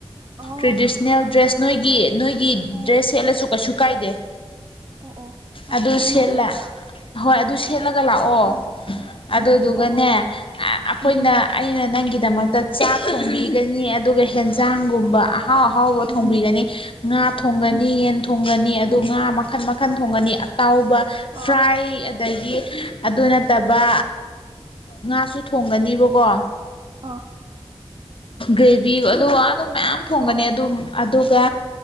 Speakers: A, on the right (about 45°); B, on the left (about 55°).
A: ꯑꯣ
B: ꯇ꯭ꯔꯦꯗꯤꯁꯅꯦꯜ
A: ꯑꯥ
B: ꯗ꯭ꯔꯦꯁ ꯅꯣꯏꯒꯤ ꯅꯣꯏꯒꯤ
A: ꯑꯣ
B: ꯗ꯭ꯔꯦꯁ ꯁꯦꯠꯂꯁꯨ ꯀꯩꯁꯨ ꯀꯥꯏꯗꯦ
A: ꯑꯣ ꯑꯣ
B: ꯑꯗꯨ
A: ꯑꯗꯨꯃꯥꯏꯅ
B: ꯁꯦꯠꯂ
A: ꯇꯧꯕ꯭ꯔꯥ
B: ꯍꯣꯏ ꯑꯗꯨ
A: ꯑꯣ
B: ꯁꯦꯠꯂꯒ ꯂꯥꯛꯑꯣ
A: ꯑꯣ
B: ꯑꯗꯨꯗꯨꯒꯅꯦ
A: ꯑꯣ ꯍꯣꯏ
B: ꯑꯩꯈꯣꯏꯅ
A: ꯎꯝ ꯎꯝ
B: ꯑꯩꯅ ꯅꯪꯒꯤꯗꯃꯛꯇ ꯆꯥꯛ ꯊꯣꯡꯕꯤꯒꯅꯤ ꯑꯗꯨꯒ ꯍꯦꯟꯖꯥꯡꯒꯨꯝꯕ ꯑꯍꯥꯎ ꯑꯍꯥꯎꯕ
A: ꯎꯝ
B: ꯊꯣꯡꯕꯤꯒꯅꯤ
A: ꯎꯝ
B: ꯉꯥ ꯊꯣꯡꯒꯅꯤ
A: ꯎꯝ
B: ꯌꯦꯟ ꯊꯣꯡꯒꯅꯤ ꯑꯗꯨ
A: ꯎꯝ ꯎꯝ
B: ꯉꯥ ꯃꯈꯜ ꯃꯈꯜ ꯟ ꯊꯣꯡꯒꯅꯤ ꯑꯇꯥꯎꯕ
A: ꯑ
B: ꯐ꯭ꯔꯥꯏ ꯑꯗꯒꯤ ꯑꯗꯨ ꯅꯠꯇꯕ ꯉꯥꯁꯨ ꯊꯣꯡꯒꯅꯤꯕꯀꯣ
A: ꯑ
B: ꯭ꯔꯦꯕꯤ ꯑꯣ ꯑꯗꯨꯝ ꯃꯌꯥꯝ ꯊꯣꯡꯒꯅꯤ
A: ꯑꯣ ꯑꯣ
B: ꯑꯗꯨ ꯑꯗꯨꯒ